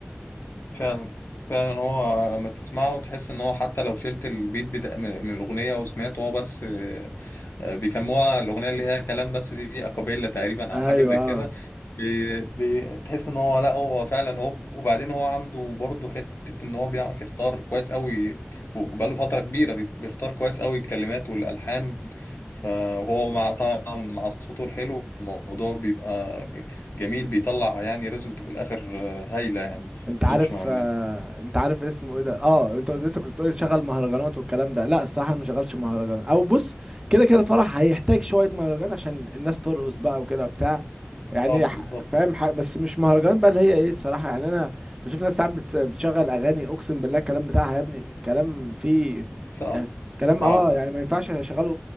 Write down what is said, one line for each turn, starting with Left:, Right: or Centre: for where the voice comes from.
Left: فعلا فعلا هو لما تسمعه وتحس إن هو حتى لو شلت البيت بتاع من من الأغنية وسمعته هو بس بيسموها الأغنية اللي هي كلام بس دي, دي أكابيلا تقريبا
Right: ايوه
Left: أو حاجة زي كده بي- بتحس إن هو لا هو فعلا هو وبعدين هو عنده برضه حتة إن هو بيعرف يختار كويس أوي وبقاله فترة كبيرة بي- بيختار كويس أوي الكلمات والألحان فهو مع طبعا مع صوته الحلو الموضوع بيبقى جميل بيطلع يعني ريزلت في الآخر آه، هايلة يعني
Right: انت عارف
Left: تمشي مع الناس
Right: آه، انت عارف اسمه ايه ده اه انت لسه كنت بتقولي تشغل مهرجانات والكلام ده لا الصراحه انا ما شغلش مهرجانات او بص كده كده الفرح هيحتاج شويه مهرجانات عشان الناس ترقص بقى وكده بتاع يعني
Left: صعب
Right: ح-
Left: بالظبط
Right: فاهم حاجه بس مش مهرجانات بقى اللي هي ايه الصراحه يعني انا بشوف ناس ساعات بتس- بتشغل اغاني اقسم بالله الكلام بتاعها يا ابني كلام فيه
Left: صعب
Right: يعني كلام
Left: صعب
Right: اه يعني ما ينفعش اشغله